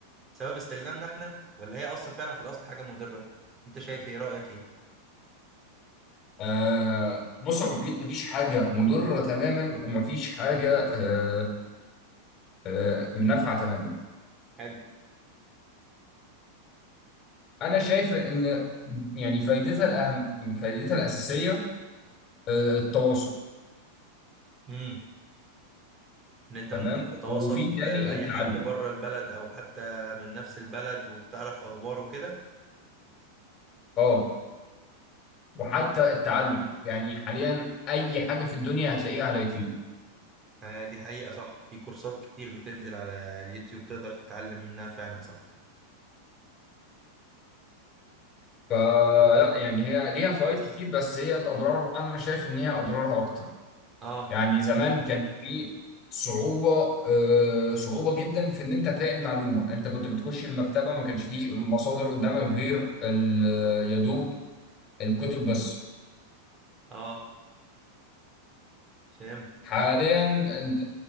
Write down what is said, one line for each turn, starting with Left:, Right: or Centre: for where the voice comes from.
Right: سبب استخدامنا احنا ولا هي اصلا فعلا في الاصل حاجة مضرة انت شايف ايه رأيك ايه
Left: آه بص يا أبو حميد مفيش حاجة مضرة تماما ومفيش حاجة آه آه نافعة تماما
Right: حلو
Left: أنا شايف إن يعني فايدتها الأهم فايدتها الأساسية آه، التواصل
Right: امم ان انت
Left: تمام
Right: ممكن تتواصل
Left: وفي
Right: ب-
Left: تاني
Right: باي
Left: التعلم
Right: حد بره البلد او حتى من نفس البلد وبتعرف اخباره وكده
Left: اه وحتى
Right: امم
Left: التعلم يعني حاليا اي حاجه في الدنيا هتلاقيها على يوتيوب
Right: آه، دي حقيقة صح في كورسات كتير بتنزل على اليوتيوب تقدر تتعلم منها فعلا صح
Left: فلا يعني هي ليها فوائد كتير بس هي الاضرار انا شايف ان هي اضرارها اكتر
Right: اه
Left: يعني زمان كان في صعوبه آه صعوبه جدا في ان انت تلاقي المعلومه انت كنت بتخش المكتبه ما كانش فيه مصادر قدامك غير ال- يا دوب الكتب بس
Right: اه فهمت
Left: حاليا انت